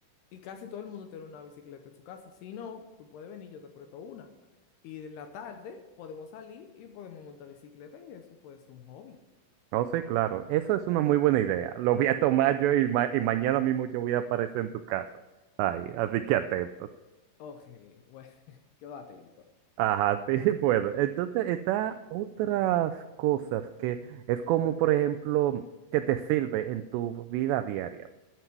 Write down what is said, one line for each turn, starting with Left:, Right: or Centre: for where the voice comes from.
Left: y casi todo el mundo tiene una bicicleta en su casa. Si no, tú puedes venir, yo te presto una. Y en la tarde podemos salir y podemos montar bicicleta y eso puede ser un hobby.
Right: No, sí, claro, eso es una muy buena idea. Lo voy a tomar yo y, ma- y mañana mismo yo voy a aparecer en tu casa. Ay, así que atento.
Left: Ok, bueno, <laughs> quedo atento.
Right: Ajá, sí, <laughs> puedo. Entonces, está otras cosas que es como, por ejemplo, que te sirve en tu vida diaria.